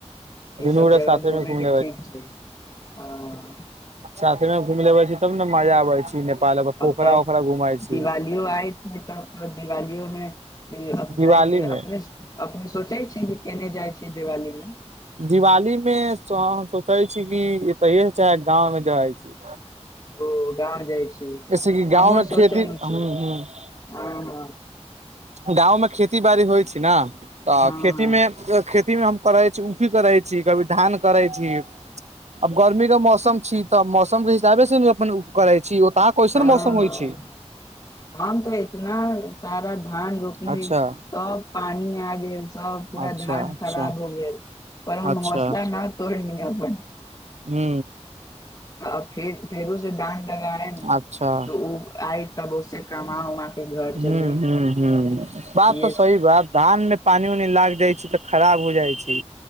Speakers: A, on the left; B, on the right.
A: ई
B: दुनू
A: सब
B: गोरा
A: जगह
B: साथे
A: घुमेै
B: मे घूम
A: के ठीक छै ह
B: साथ मे घूमि लेबै छी तब ने मजा आबै छै नेपाल पोखरा
A: अ तऽ
B: ओखरा घुमै छी
A: दिवालियो आय छै दिवालियो मे ई अब
B: दिवाली
A: जाइके
B: मे
A: अपने अपने सोचै छी कि केने जाइ छी दिवाली मे
B: दिवाली मे सोचै छी कि एत च गाँमे जाइ छी
A: ओ गांव जाइ छी
B: जैसे कि गाँव
A: हमहू
B: मे
A: सोचै
B: खेती ह
A: छी आ हँ
B: गाँवमे खेती बाड़ी होइ छै ने तऽ
A: हँ
B: खेतीमे
A: हँ
B: खेती मे हम करै छी की करै छी कभी धान करै छी अब गर्मी का मौसम छी त मौसम के हिसाबे से ने म उकरइ छि ओ त कैसन
A: हँ
B: मौसम
A: हँ
B: होइ छि
A: हम तऽ इतना सारा धान रोपने
B: अच्छा
A: सब पानि आगे छै सब पूरा
B: अच्छा
A: धान
B: अच्छा
A: खराब हो गेल पर हम
B: अच्छा
A: हौसला न तोड़नी अपन
B: हू
A: अ फेर फेरोे धान लगाएम
B: अच्छा
A: त ओ आइ तब उ से कमा उमा के घर
B: ह
A: चली
B: ह ह
A: इहे
B: बात तऽ
A: सब
B: सही बा धानमे पानि उनी लाग जाय छै तऽ खराब हो जाइ छै